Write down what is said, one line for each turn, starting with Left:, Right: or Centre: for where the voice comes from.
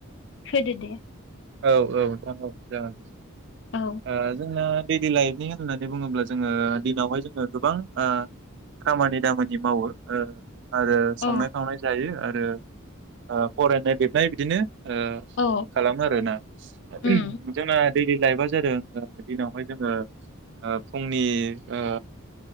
Left: होदो दे।
Right: औ औ नंगौ जागोन दे।
Left: औ
Right: ओयो जोंना। थेडि लाइफनि होननानै बुङोब्ला जोङो दिनावहाय जोङो गोबां ओयो खामानि दामानि मावो ओयो। आरो
Left: औ
Right: संनाय खावनाय जायो ओ। दोन ओयो फरायनाय लिरनाय बिदिनो। ओयो
Left: औ
Right: खालाम। आरोना उहुम
Left: उम
Right: जोंना दैलि लाइफा जादों ओ दिनावहाय जोङो ओयो फुंनि ओयो